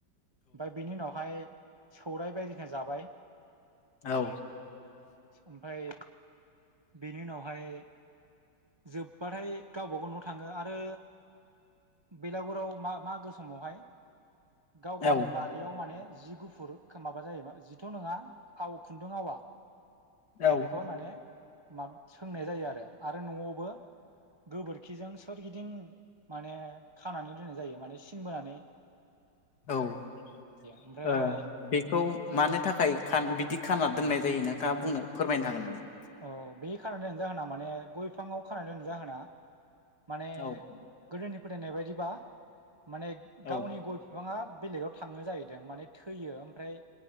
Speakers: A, on the right (about 35°); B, on the left (about 65°).
A: ओमफ्राय बिनि उनावहाय सौराय बायदिना जाबाय।
B: औ।
A: ओमफ्राय बेनि उनावहाय। जोब्बाथाय गावबाागाव न' थाङो आरो। बेलागुराव मा मागो समावहाय गाव
B: औ
A: गावनि बारियाव माने जि गुफुर खोमाबा जायोबा जिथ' नङा आव खुन्दुं आवा
B: औ
A: बेखौ माने माब सोंनाय जायो आरो आरो न'आवबो गोबोरखिजों सोरगिदिं माने खानानै दोननाय जायो माने सिनबोनानै
B: औ ओ
A: ओमफ्रायहाय
B: बेखौ मानो थाखाय बिदि खाना दोननाय जायो नोंथाङा बुंनो फोरमायनो हागोन नामा?
A: अ बे खाना दोननाय जाहोना माने गय बिफाङाव खानानै दोननाय जाहोना माने
B: औ
A: गोदोनि फोथायनाय बायदिबा माने
B: औ
A: गावनि गय बिफांङा बेलेगाव थाङो जाहैदों माने थैयो ओमफ्राय